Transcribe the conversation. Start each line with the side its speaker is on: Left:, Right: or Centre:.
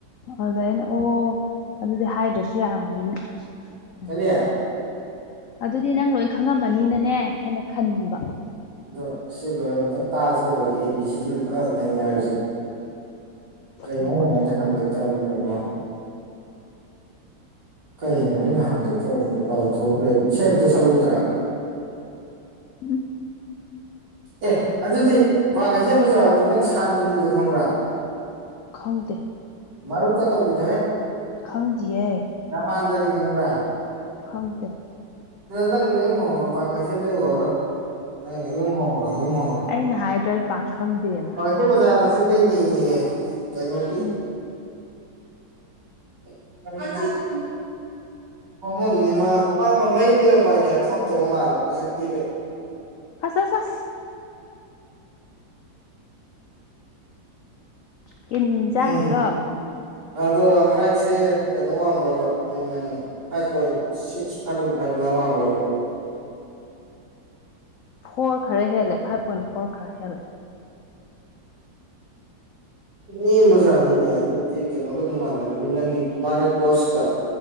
Left: ꯑꯗꯨꯗ ꯑꯩꯅ ꯑꯣ ꯑꯗꯨꯗꯤ ꯍꯥꯏꯗ꯭ꯔꯁꯨ ꯌꯥꯃꯅꯤꯅ ꯎꯝ
Right: ꯀꯔꯤ
Left: ꯑꯗꯨꯗꯤ ꯅꯪ ꯂꯣꯏ ꯈꯪꯉꯝꯃꯅꯤꯅꯅꯦ ꯑꯩꯅ ꯈꯟꯕ
Right: ꯑꯗꯣ ꯁꯤ ꯂꯣꯏꯨ ꯄꯨ ꯇꯥꯁꯤ ꯀꯩꯗꯧꯒꯦ ꯑꯦ ꯕꯤ ꯁꯤ ꯕꯤꯗ ꯄꯨꯔ ꯅꯩꯅꯔꯁꯦ ꯀꯩꯅꯣ
Left: ꯍꯣꯏ ꯍꯣꯏ
Right: ꯅꯉꯣꯟꯗ ꯍꯪꯒꯦ ꯇꯧꯔꯝꯕꯗꯀꯣ ꯀꯩꯅꯣ ꯑꯩꯅ ꯍꯪꯒꯦ ꯇꯧꯔꯝꯕꯗꯨ ꯄꯥꯎ ꯊꯣꯛꯈ꯭ꯔꯦ ꯏꯁꯩ ꯑ ꯑꯃꯝꯇ ꯁꯛꯎꯨꯗ꯭ꯔꯥ
Left: ꯎꯝ
Right: ꯑꯦ ꯑꯗꯨꯗꯤ ꯀ꯭ꯋꯥ ꯀꯩꯊꯦꯜ ꯕꯖꯥ ꯍꯥꯏꯗꯤ ꯅꯪ ꯁꯥꯟꯇꯅꯤꯗꯣ ꯈꯪꯕ꯭ꯔꯥ
Left: ꯈꯪꯗꯦ
Right: ꯃꯥꯔꯨ ꯀ ꯇꯧꯕꯤꯗꯣ ꯍꯦ
Left: ꯈꯪꯗ꯭ꯌꯦ
Right: ꯄꯥꯟꯗꯗꯤ ꯈꯪꯕ꯭ꯔꯥ
Left: ꯈꯪꯗꯦ
Right: ꯅꯪ ꯅ ꯍꯣꯡꯒ ꯄꯥ ꯀꯥꯏꯁꯗꯔ ꯅꯪ ꯍꯣꯡ ꯍ ꯃꯍꯒ
Left: ꯑꯩꯅ ꯍꯥꯏꯗ꯭ꯔꯣ ꯑꯩ ꯄꯥꯛ ꯈꯪꯗꯦꯅ
Right: ꯏꯦ ꯃꯆꯥ ꯃꯆꯤꯟ ꯂꯩꯅꯤꯌꯦ ꯀꯩꯅꯣꯒꯤ
Left: ꯎꯝ
Right: <unintelligible> ꯍꯣꯃꯝꯅꯤ ꯃꯥ ꯄꯥꯝꯕ ꯃꯌꯨꯝꯗꯒꯤ ꯃꯄꯥꯥꯏ ꯀꯌꯥ ꯊꯣꯛꯇꯧ ꯃꯥꯜꯂꯦ ꯃꯁꯛ ꯊꯤꯕꯩ
Left: ꯍꯁ ꯍ ꯀꯤꯟ ꯆꯅꯤꯀ
Right: ꯎꯝ ꯑꯗꯣ ꯍꯥꯏꯠꯁꯦ ꯀꯩꯅꯣ ꯋꯥꯡꯕ꯭ꯔꯗꯣ ꯎꯝ ꯐꯥꯏꯚ ꯄꯣꯏꯟ ꯁꯤꯛꯁ ꯐꯥꯏꯚꯣꯏ ꯐꯥꯏꯚꯃꯥꯏ ꯋꯥꯡꯕꯣꯕ
Left: ꯐꯣꯔ ꯈꯔ ꯍꯦꯜꯂꯦ ꯐꯥꯏꯚ ꯄꯣꯏꯟ ꯐꯣꯔ ꯈꯔ ꯍꯦꯜꯂꯦ
Right: ꯏꯅꯦ ꯃꯖꯥꯅꯤꯅꯦ ꯑꯗꯨꯗꯤ ꯀꯩꯅꯣꯒ ꯑꯗꯨꯝ ꯃꯥꯟꯅꯔꯝꯅꯤ ꯅꯪꯒꯤ ꯇꯃꯥꯟꯅ ꯗꯣꯁꯀ